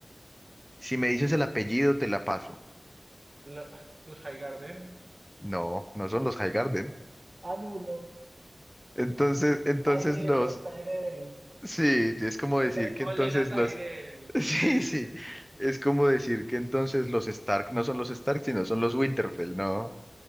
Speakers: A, in the centre; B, on the right (about 40°).
A: Si me dices
B: el-
A: el apellido, te la paso.
B: La- los Highgarden.
A: No, no son los High Garden.
B: ah, no,
A: Entonces, entonces
B: los Tyrell,
A: los,
B: los Tyrell.
A: Sí, es como decir
B: Ole.
A: que
B: Olena
A: entonces
B: Tyrell.
A: los... <laughs> Sí,
B: Sí, sí,
A: sí,
B: sí.
A: es como decir que entonces los Stark no son los Stark, sino son los Winterfell, no,